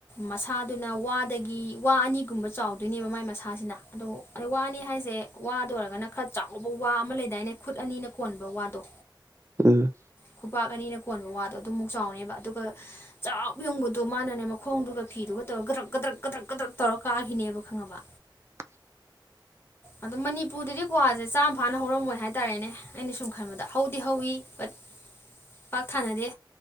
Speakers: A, on the left; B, on the right.
A: ꯃꯁꯥꯗꯨꯅ ꯋꯥꯗꯒꯤ ꯋꯥ ꯑꯥꯅꯤꯒꯨꯝꯕ ꯆꯥꯎꯗꯣꯏꯅꯦꯕ ꯃꯥꯏ ꯃꯁꯥꯁꯤꯅ ꯑꯥꯗꯣ ꯋꯥꯅꯤ ꯍꯥꯏꯁꯦ ꯋꯥꯗ ꯑꯣꯏꯔꯒꯅ ꯈꯔ ꯆꯥꯎꯕ ꯋꯥ ꯑꯥꯃ ꯂꯩꯗꯥꯏꯅꯦ ꯈꯨꯠ ꯑꯥꯅꯤꯅ ꯀꯣꯟ <unintelligible> ꯋꯥꯗꯣ
B: ꯎꯝ
A: ꯈꯨꯄꯥꯛ ꯑꯥꯅꯤꯅ ꯀꯣꯟꯕ ꯋꯥꯗꯣ ꯑꯥꯗꯨꯃꯨꯛ ꯆꯥꯎꯅꯤꯕ ꯑꯥꯗꯨꯒ ꯆꯥꯞ ꯌꯨꯡꯕꯗꯣ ꯃꯥꯅꯅꯦ ꯃꯈꯣꯡꯗꯨꯒ ꯐꯤꯗꯨ <unintelligible> ꯀꯗ꯭ꯔꯛ ꯀꯗ꯭ꯔꯛ ꯀꯗ꯭ꯔꯛ ꯇꯧꯔꯒ ꯀꯥꯒꯤꯅꯤꯕ ꯈꯪꯉꯕ
B: <inaudible> <unintelligible>
A: ꯑꯗꯣ ꯃꯅꯤꯄꯨꯔꯗꯗꯤ ꯀ꯭ꯋꯥꯁꯦ ꯆꯥꯝ ꯐꯥꯅ ꯍꯧꯔꯝꯃꯣꯏ ꯍꯥꯏꯇꯥꯔꯦꯅꯦ ꯑꯩꯅ ꯁꯨꯝ ꯈꯟꯕꯗ ꯍꯧꯗꯤ ꯍꯧꯋꯤ ꯕꯠ ꯄꯥꯛ ꯊꯥꯅꯗꯦ